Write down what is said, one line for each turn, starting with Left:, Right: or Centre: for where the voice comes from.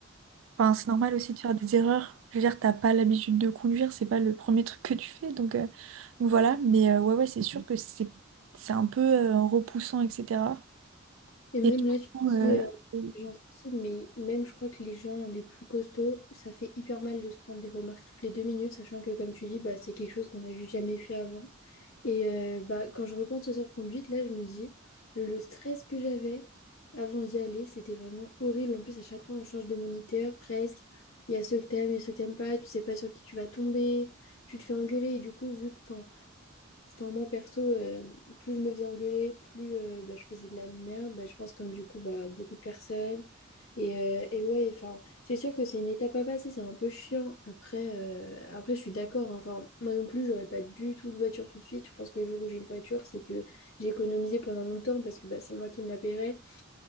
Right: Enfin, c'est normal aussi de faire des erreurs. Je veux dire, t'as pas l'habitude de conduire, c'est pas le premier truc que tu fais. Donc, euh, donc voilà, mais euh, ouais, ouais, c'est sûr que c'est c'est un peu euh, repoussant, etc.
Left: Et même
Right: Et du
Left: là, tu te
Right: coup,
Left: dis
Right: euh,
Left: euh,
Right: euh,
Left: les gens sensibles, mais même je crois que les gens les plus costauds, ça fait hyper mal de se prendre des remarques toutes les deux minutes, sachant que comme tu dis, bah, c'est quelque chose qu'on n'a juste jamais fait avant. Et euh, bah, quand je repense aux heures de conduite, là, je me dis, le stress que j'avais avant d'y aller, c'était vraiment horrible. En plus, à chaque fois, on change de moniteur presque. Il y a ceux que t'aimes, il y a ceux que t'aimes pas. Tu sais pas sur qui tu vas tomber. Tu te fais engueuler. Et du coup, vu, enfin Enfin, moi, perso, euh, plus je me faisais engueuler, plus euh, bah, je faisais de la merde. Bah, je pense comme du coup, bah, beaucoup de personnes. Et, euh, et ouais, enfin, c'est sûr que c'est une étape à passer, c'est un peu chiant. Après, euh, après je suis d'accord. hein. Enfin, moi non plus, j'aurais pas du tout de voiture tout de suite. Je pense que le jour où j'ai une voiture, c'est que j'ai économisé pendant longtemps parce que bah, c'est moi qui me la paierais